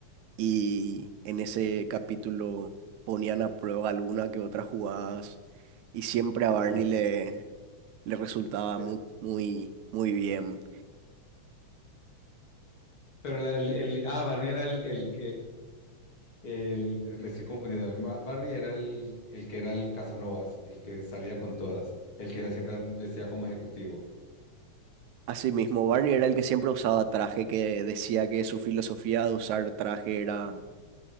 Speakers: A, on the right; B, on the left.
A: Y en ese capítulo ponían a prueba alguna que otras jugadas. Y siempre
B: Bueno,
A: a Barney le, le resultaba
B: Le-
A: muy, muy, muy bien.
B: Pero la- el, el- ah, Barney era el, el, el, el- me estoy confundiendo. a ver, Ma- Barney era el, el que era el Casanovas, el que salía con todas, el que era siempre vestía como ejecutivo.
A: Asimismo, Barney era el que siempre usaba traje, que decía que su filosofía de usar traje era